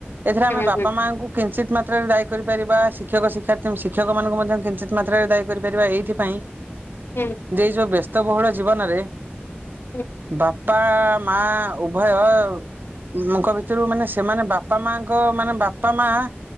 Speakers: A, on the right; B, on the left.
A: ଏଥିରେ ଆମେ
B: ହୁଁ
A: ବାପା
B: ହୁଁ
A: ମାଙ୍କୁ କିଞ୍ଚିତ୍ ମାତ୍ରାରେ ଦାୟୀ କରିପାରିବା ଶିକ୍ଷକ ଶିକ୍ଷାର୍ଥୀ ଶିକ୍ଷକ ମାନଙ୍କୁ ମଧ୍ୟ କିଞ୍ଚିତ୍ ମାତ୍ରାରେ ଦାୟୀ କରିପାରିବା ଏଇଥିପାଇଁ
B: ହୁଁ।
A: ଯେ ଏଇ ଯୋଉ ବ୍ୟସ୍ତବହୁଳ ଜୀବନରେ
B: ହୁଁ
A: ବାପା ମା ଉଭୟଙ୍କ ଭିତରୁ ମାନେ ସେମାନେ ବାପା ମାଙ୍କ ମାନେ ବାପା ମା